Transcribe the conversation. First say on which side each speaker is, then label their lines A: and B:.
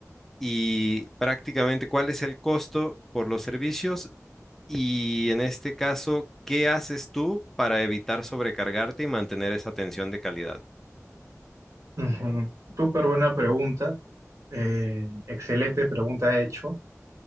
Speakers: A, in the centre; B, on the right.
A: y prácticamente cuál es el costo por los servicios? Y en este caso, ¿qué haces tú para evitar sobrecargarte y mantener esa atención de calidad?
B: Ujú. Súper buena pregunta. Eh, excelente pregunta hecho.